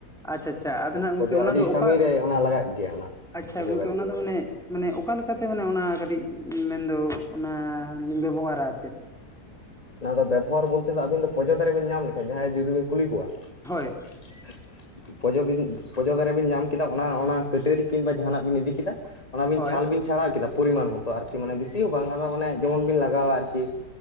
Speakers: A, in the centre; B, on the left.
A: ᱟᱪᱪᱷᱟ ᱟᱪᱪᱷᱟ ᱟᱫᱚ ᱱᱟᱜ ᱜᱚᱝᱠᱮ
B: ᱯᱚᱡᱚ
A: ᱚᱱᱟ
B: ᱟᱹᱰᱤ
A: ᱫᱚ ᱚᱠᱟ
B: ᱠᱟᱹᱢᱤᱨᱮ ᱚᱱᱟ ᱞᱟᱜᱟᱜ ᱜᱮᱭᱟ ᱚᱱᱟ
A: ᱟᱪᱪᱷᱟ
B: ᱯᱚᱡᱚ
A: ᱜᱚᱝᱠᱮ
B: ᱫᱟᱨᱮ
A: ᱚᱱᱟ ᱫᱚ ᱢᱟᱱᱮ ᱢᱟᱱᱮ ᱚᱠᱟ ᱞᱮᱠᱟᱛᱮ ᱢᱟᱱᱮ ᱚᱱᱟ ᱠᱟᱹᱴᱤᱡ ᱢᱮᱱᱫᱚ ᱚᱱᱟᱞᱤᱧ ᱵᱮᱵᱚᱦᱟᱨᱟ ᱟᱨ ᱪᱮᱫ?
B: ᱚᱱᱟ ᱫᱚ ᱵᱮᱵᱚᱦᱟᱨ ᱵᱚᱞᱛᱮ ᱫᱚ ᱟᱵᱤᱱ ᱫᱚ ᱯᱚᱡᱚ ᱫᱟᱨᱮ ᱵᱤᱱ ᱧᱟᱢ ᱞᱮᱠᱷᱟᱱ ᱡᱟᱦᱟᱸᱭ ᱡᱩᱫᱤ ᱵᱤᱱ ᱠᱩᱞᱤ ᱠᱚᱣᱟ᱾
A: ᱦᱳᱭ
B: <inaudible> ᱯᱚᱡᱚ ᱵᱤᱱ ᱯᱚᱡᱚ ᱫᱟᱨᱮ ᱵᱤᱱ ᱧᱟᱢ ᱠᱮᱫᱟ ᱚᱱᱟ ᱚᱱᱟ ᱠᱟᱹᱴᱟᱹᱨᱤ ᱠᱤᱝᱵᱟ ᱡᱟᱦᱟᱱᱟᱜ ᱵᱤᱱ ᱤᱫᱤ ᱠᱤᱮᱫᱟ᱾ ᱚᱱᱟᱵᱤᱱ
A: ᱦᱳᱭ
B: ᱪᱷᱟᱞ ᱵᱤᱱ ᱪᱷᱟᱲᱟᱣ ᱠᱮᱫᱟ ᱯᱚᱨᱤᱢᱟᱱ ᱢᱚᱛᱚ ᱟᱨᱠᱤ ᱢᱟᱱᱮ ᱵᱮᱥᱤ ᱦᱚᱸ ᱵᱟᱝ ᱟᱫᱚ ᱢᱟᱱᱮ ᱡᱮᱢᱚᱱ ᱵᱤᱱ ᱞᱟᱜᱟᱣᱟ ᱟᱨᱠᱤ